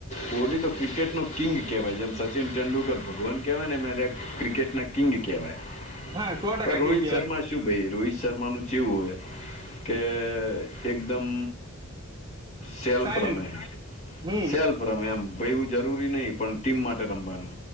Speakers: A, on the left; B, on the right.
A: કોહલી તો ક્રિકેટ નો કિંગ કેવાય જેમ સચિન તેડુલકર ભગવાન કેહેવાય ને ક્રિકેટના કિંગ કવાય
B: વખત હા સો ટકા
A: પણ રોહિત
B: કિંગ કહેવાય
A: શર્મા શું ભાઈ રોહિત શર્માનું જેવું હોય કે એક એકમ સેલ્ફ
B: સાયલેન્ટ
A: રમે
B: હમ
A: સેલ્ફ રમે એમ ભ એવું જરૂરી નહી પણ ટીમ માટે રમવાનું